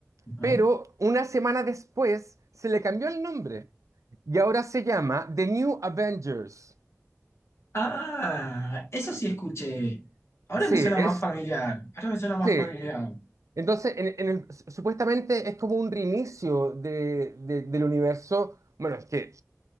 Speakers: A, on the left; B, on the right.
A: Ujú.
B: pero una semana después se le cambió el nombre y ahora se llama The New Avengers.
A: Ah, eso sí escuché. Ahora
B: Sí,
A: me suena
B: es,
A: más familiar. Ahora me suena más
B: sí.
A: familiar.
B: Entonces, en- en el- supuestamente es como un reinicio de- de- del universo. Bueno, es que